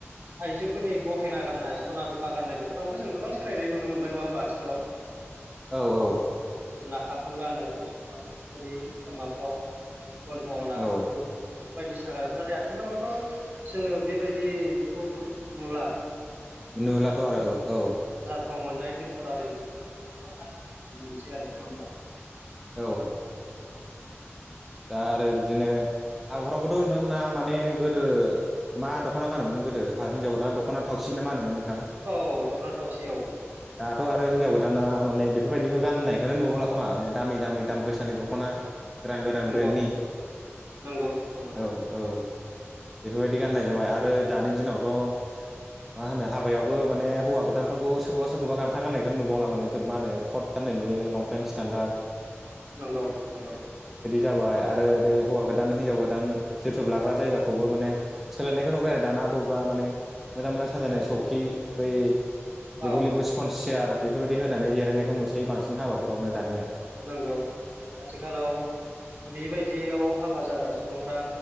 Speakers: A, on the right (about 45°); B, in the centre.
A: आइजोफोरनि गहेना गाननाय सना रुफा गाननाय बेफोरावबो जों गोबां सोलायनाय नुनो मोनबाय नङा होन आथिखालाव।
B: औ औ
A: नाखाफोर गानोा <unintelligible> खरि खाफ्राव गन्थ'आव नाखाफोर
B: औ
A: बायदिसिना गार नाथाय आथिखालावथ' जोङो बेबायदिखौ नुला
B: नुलाथ' आरो औ औ
A: गोथाव मोननाय टेम्परारि बेफोरखौनो जों गोबां गाननाय नुनो मोनसै आरो नङा होमबा <inaudible>
B: औ दा आरो बिदिनो हाबाफोरावबोथ' नोंथांमोना माने गोदो मा दख'ना गानोमोन गोदो हिनजाव गोाना दख'ना थावसिन ना मा होनोमोन नोंथां
A: औ दख'ना थावसि औ
B: दाथ आरो हिनजाव गोदाना माने बे बेफोरबायदिखौ गाननायखौनो नुुबावला खोमा नै दामि दामि दाम गोसानि दखना गोदान गोदान
A: नंगौ
B: ब्रननि
A: नंगौ नंगौ
B: औ औ। बेफोरबायदि गाननाय जाबाय आरो दानि दिनावथ' मा होनो हाबायावबो माने हौवा गोदानफोरखौ सोरखौबा सोरखौबा गामसा गाननायखौनो नुबावला माने मा होनो खट खात गान्नाय नुयो लंपेन्ट स्टेनडाद।
A: नंगौ नंगौ।
B: जाबाय आरो बे हौवा गोदान हिनजाव गोदान जोथोब लाग्रा जायगाखौबो माने सोलायनायखौ नुबाय आरो दाना। <unintelligible> बावबा माने मोजां मोजां साजानाय सकि बै लेबु
A: औ
B: लेबु स्पन चियार। बेफोरबायदि होनानै जिरायनायखौ नुसै बांसिन हाबाफोरावनो दानिया।
A: नांगौ आथिखालाव बेबायदियाव हाबा जाग्रा सुबुंफ्रा